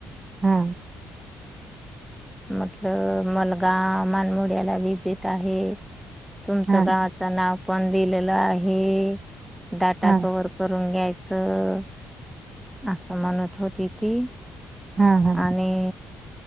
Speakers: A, on the right; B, in the centre.
A: हा
B: म्हटल मलगा मानमोड्याला व्हीजिट आहे. तुमचं
A: हा
B: गावाचं नाव पण दिलेलं आहे. डाटा
A: हा
B: कव्हर
A: हा
B: करून घ्यायचं, असं म्हणत होती ती.
A: हा हा
B: आणि